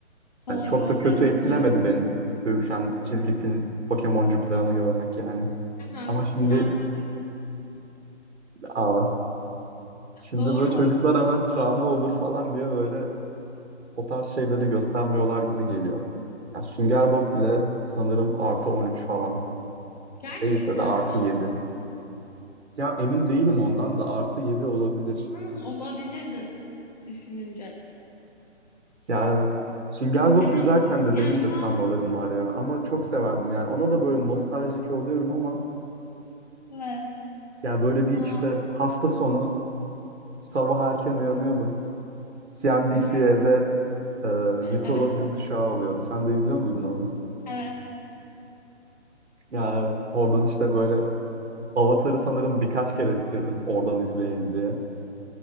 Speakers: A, on the left (about 35°); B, on the right (about 65°).
A: doğru,
B: yani çok da kötü
A: yalnız
B: etkilemedi
A: doğru.
B: beni dövüşen çizgi film Pokemoncuklarını görmek yani.
A: Aynen
B: Ama
A: hiç
B: şimdi
A: travmam.
B: aa, şimdi
A: Doğru.
B: böyle çocuklar hemen travma olur falan diye böyle o tarz şeyleri göstermiyorlar gibi geliyor. Ya Sünger
A: Hı.
B: Bob bile sanırım artı 13 falan.
A: Gerçekten
B: Değilse de artı
A: mi?
B: 7. Ya emin değilim ondan da artı 7 olabilir.
A: Yalnız olabilir de düşününce.
B: Ya evet. Sünger Bob
A: Hani
B: izlerken de
A: yani
B: benim
A: şu
B: de travmalarım
A: an
B: var ya. Ama çok severdim yani. Ona da böyle nostaljik oluyorum ama
A: evet.
B: ya böyle bir
A: Aa,
B: işte hafta sonu sabah erken uyanıyordum. CNBC'de
A: Hı hı.
B: e, Nickelodeon
A: Evet.
B: kuşağı oluyordu. Sen de izliyor muydun onu?
A: Evet.
B: Ya evet. Oradan işte böyle Avatar'ı sanırım birkaç kere bitirdim oradan izleyeyim diye.